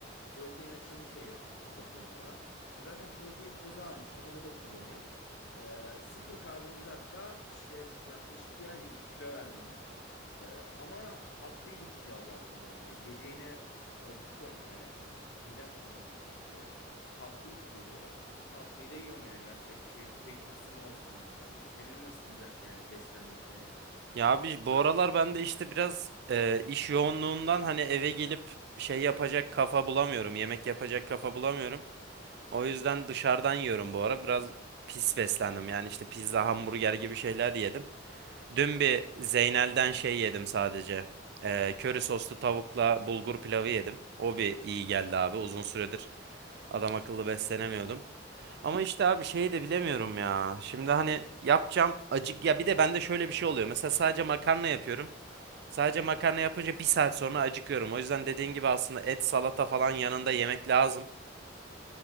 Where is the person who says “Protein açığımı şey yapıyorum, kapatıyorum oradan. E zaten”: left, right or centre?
Left